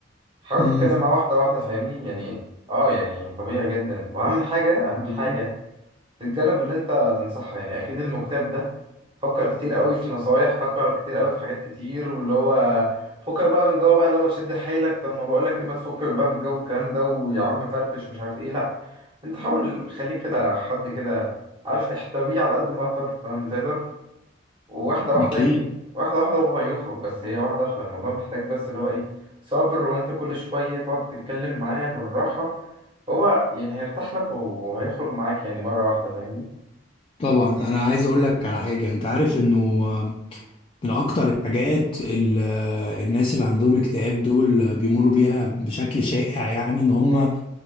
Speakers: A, on the right (about 25°); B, on the left (about 30°).
A: حاول
B: امم
A: تتكلم معاه واحدة واحدة فاهمني يعني اه يعني طبيعي جدا واهم حاجة اهم
B: بالظبط
A: حاجة الجانب اللي انت تنصحها يعني اكيد المكتئب ده فكر كتير قوي في نصايح فكر كتير قوي في حاجات كتير واللي هو فكك بقى من جو بقى اللي هو شد حيلك طب ما بقول لك ايه ما تفكك بقى من جو الكلام ده ويا عم فرفش مش عارف ايه لا انت حاول خليك كده حد كده عارف احتويه على قد ما تقدر ما تقدر وواحده واحده
B: اكيد
A: يعني واحده واحده هو هيخرج بس هي واحده واحده الموضوع محتاج بس اللي هو ايه صبر وانت كل شويه تقعد تتكلم معاه بالراحه هو يعني هيرتاح لك وهيخرج معاك يعني مره واحده فاهمني
B: طبعا انا عايز اقول لك على حاجة انت عارف انه من أكتر الحاجات ال- الناس اللي عندهم اكتئاب دول بيمروا بيها بشكل شائع يعني إن هم آه،